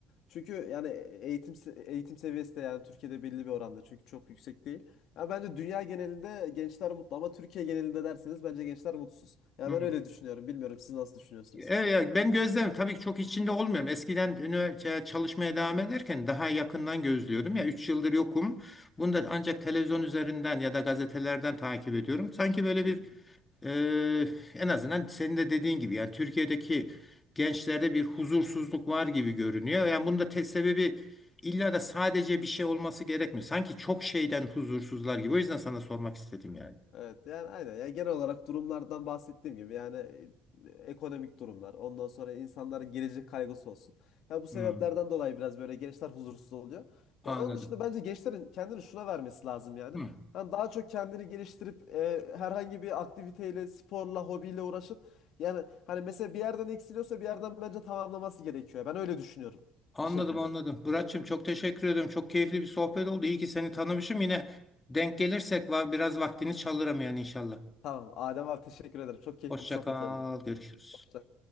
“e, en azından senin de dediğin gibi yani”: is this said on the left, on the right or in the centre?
Left